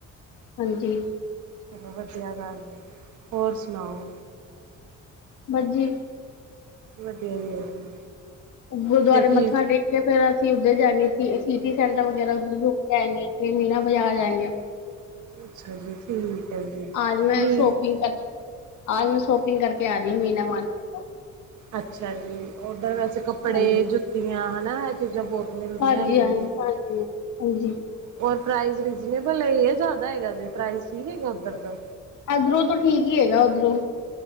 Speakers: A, on the left; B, on the right.
A: ਹਾਂਜੀ
B: ਚਲੋ ਵਧੀਆ ਗੱਲ ਹੋਰ ਸੁਣਾਓ
A: ਬਾੱਜੀ
B: ਵਧੀਆ ਹੀ ਹੈ ਜੀ
A: ਗੁਰਦੁਆਰੇ
B: ਫਿਰ ਕੀ
A: ਮੱਥਾ ਟੇਕ ਕੇ ਫੇਰ ਅਸੀਂ ਉਧਰ ਜਾ ਸਿਟੀ ਸੈਂਟਰ ਵਗੈਰਾ ਉਧਰ ਘੁੰਮ ਕੇ ਆਏ ਫਿਰ ਮੀਨਾ ਬਾਜ਼ਾਰ ਜਾਏ ਗ
B: ਅੱਛਾ ਜੀ ਠੀਕ ਹੈ ਜੀ
A: ਆਜ ਮੈਂ
B: ਮੀਨ
A: ਸ਼ੋਪਿੰਗ ਕਰ ਆ ਮੈਂ ਸ਼ੋਪ ਟਿੰਗ ਕਰਕੇ ਆ ਰ ਆ ਮੀਨਾ ਮਾਰਟ ਤੋਂ
B: ਅੱਛਾ ਜੀ ਉੱਧਰ ਵੈਸੇ ਕੱਪੜੇ
A: ਹਾਂਜੀ
B: ਜੁੱਤੀਆਂ ਹਨਾ ਇਹ ਚੀਜ਼ਾਂ ਬਹੁਤ ਮਿਲਦੀਆਂ
A: ਹਾਂਜੀ
B: ਹੈਗੀਆਂ
A: ਹਾਂ
B: ਨੇ
A: ਹਾਂਜੀ ਹਾਂਜੀ
B: ਹੋਰ ਪ੍ਰਾਈ ਰੀਜਨੇਬਲ ਜ਼ਿਆਦਾ ਹੈਗਾ ਜੇ ਪ੍ਰਾਈ ਠੀਕ ਹੈਗਾ ਉੱਧਰ ਤੋਂ
A: ਇਧਰੋਂ ਤਾਂ ਠੀਕ ਹੀ ਹੈਗਾ ਉੱਧਰੋਂ